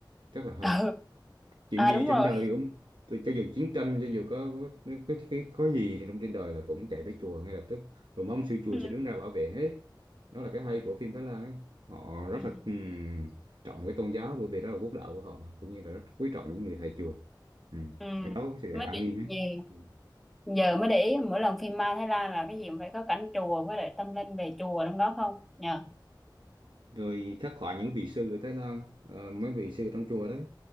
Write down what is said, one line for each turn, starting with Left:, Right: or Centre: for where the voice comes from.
Right: rất là
Centre: <laughs>
Right: hay
Centre: ừ
Right: chuyện
Centre: à
Right: gì
Centre: đúng rồi
Right: trên đời
Centre: <laughs>
Right: cũng tôi cho dù chiến tranh cho dù có có, có, có gì thì trong trên đời là cũng chạy tới chùa ngay lập tức rồi mong sư chùa
Centre: ừ.
Right: sẽ đứng ra bảo vệ hết đó là cái hay của phim Thái Lan ấy. họ rất
Centre: Ừ.
Right: là ừm, trọng cái tôn giáo bởi vì đó là quốc đạo của họ mà cũng như là rất quý trọng những người thầy chùa ừ.
Centre: Ừ,
Right: cái đó có sự
Centre: mới
Right: an
Centre: để,
Right: yên
Centre: giờ,
Right: ấy Ừ.
Centre: giờ mới để ý mỗi lần phim ma Thái Lan là cái gì cũng phải có cảnh chùa với lại tâm linh về chùa trong đó không nhờ
Right: rồi khắc họa những vị sư ở Thái Lan ờ, mấy vị sư trong chùa đấy